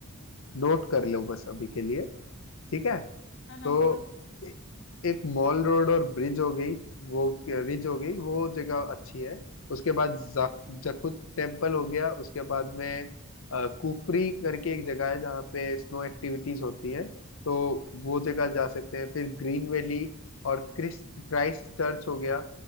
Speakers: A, on the left (about 70°); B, on the left (about 55°).
A: नोट कर लो बस अभी के लिए ठीक है
B: हाँ हाँ
A: तो
B: बोलो
A: ए- एक मॉल रोड और ब्रिज हो गई वो रिज हो गई वो जगह अच्छी है उसके बाद जा- जखुद टेम्पल हो गया उसके बाद में अ, कुफरी करके एक जगह है जहाँ पे स्नो एक्टिविटीज होती हैं तो वो जगह जा सकते हैं फिर ग्रीन वैली और क्रिस्ट क्राइस्ट चर्च हो गया